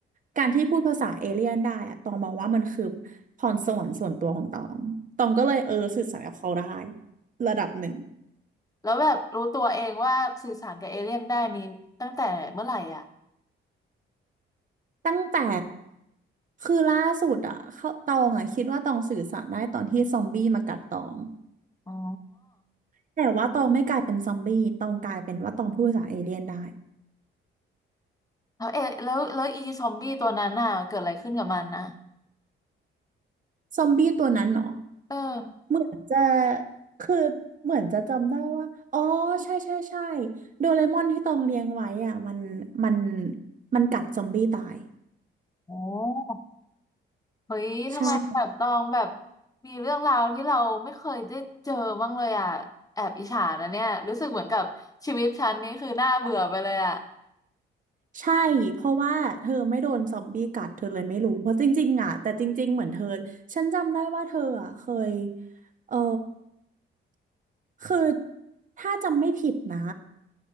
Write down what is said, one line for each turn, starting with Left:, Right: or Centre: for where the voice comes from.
Right: การที่พูดภาษาเอเลี่ยนได้อะตองมองว่ามันคือพรสวรรค์ส่วนตัวของตองตองก็เลยเออสื่อสารกับเขาได้ระดับหนึ่ง
Left: แล้วแบบรู้ตัวเองว่าสื่อสารกับเอเลี่ยนได้นี้ตั้งแต่เมื่อไหร่อ่ะ
Right: ตั้งแต่ คือล่าสุดอะเขาตองอะคิดว่าตองสื่อสารได้ตอนที่ซอมบี้มากัดตอง
Left: อ๋อ
Right: แต่ว่าตองไม่กลายเป็นซอมบี้ตองกลายเป็นว่าตองพูดภาษาเอเลี่ยนได้
Left: แล้วเอะแล้วแล้วอีซอมบี้ตัวนั้นน่ะเกิดอะไรขึ้นกับมันนะ
Right: ซอมบี้ตัวนั้นเหรอ
Left: เออ
Right: เหมือนจะคือเหมือนจะจำได้ว่าอ๋อใช่ใช่ใช่โดเรมอนที่ตองเลี้ยงไว้อ่ะมันมันมันกัดซอมบี้ตาย
Left: โอ้เฮ้ยทำไมแบบตองแบบ
Right: ใช่
Left: มีเรื่องราวที่เราไม่เคยได้เจอบ้างเลยอ่ะแอบอิจฉานะเนี่ยรู้สึกเหมือนกับชีวิตฉันนี่คือน่าเบื่อไปเลยอ่ะ
Right: ใช่เพราะว่าเธอไม่โดนซอมบี้กัดเธอเลยไม่รู้เพราะจริงๆอ่ะแต่จริงๆเหมือนเธอฉันจำได้ว่าเธออ่ะเคยเออคือถ้าจำไม่ผิดนะ